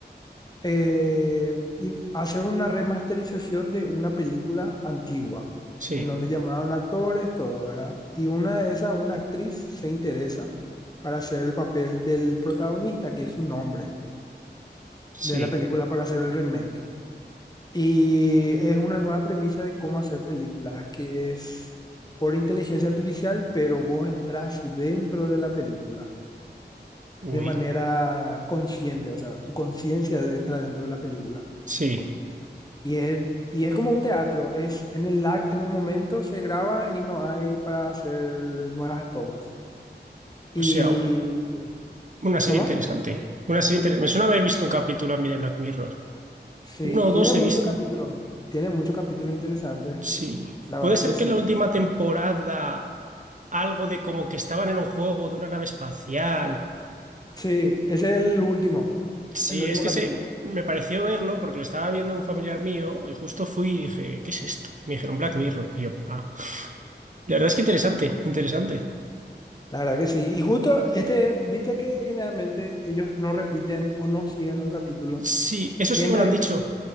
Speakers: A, on the left; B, on the right.
A: eh, y- hacer una remasterización de una película antigua,
B: sí,
A: en donde llamaron actores, todo, ¿verdad? Y una de esas, una actriz, se interesa para hacer el papel del protagonista, que es un hombre,
B: sí,
A: de la película para hacer el remake. Y es una nueva premisa de cómo hacer películas, que es por inteligencia artificial, pero vos entras dentro de la película
B: uy,
A: de manera consciente, o sea, tu conciencia entra dentro de la película.
B: sí.
A: Y es, y es como un teatro, es en el acto, en el momento se graba y no hay para hacer nuevas tomas. Y,
B: O sea, una serie
A: ¿cómo?
B: interesante. Una serie interesante. Me suena haber visto un capítulo a mí de Black Mirror.
A: Sí,
B: Uno o
A: tiene
B: dos he
A: muchos
B: visto.
A: capítulos, tiene muchos capítulos interesantes,
B: Sí.
A: la
B: Puede
A: verdad
B: ser
A: que sí.
B: que en la última temporada algo de como que estaban en un juego de una nave espacial.
A: Sí, ese es el último,
B: Sí,
A: el último
B: es que
A: capítulo.
B: se me pareció verlo porque lo estaba viendo un familiar mío y justo fui y dije, ¿qué es esto? Me dijeron Black Mirror. Y yo, ah, la verdad es que interesante, interesante.
A: La verdad que sí. Y justo este, viste que generalmente ellos no repiten o no siguen un capítulo.
B: Sí, eso
A: Siempre,
B: sí que me lo han dicho.